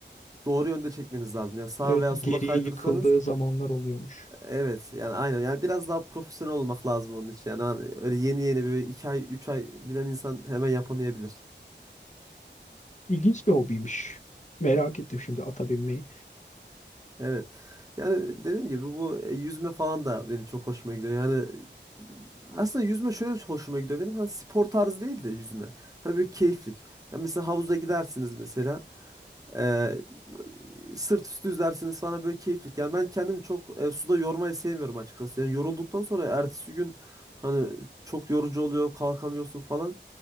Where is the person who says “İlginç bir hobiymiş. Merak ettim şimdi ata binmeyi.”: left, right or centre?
Left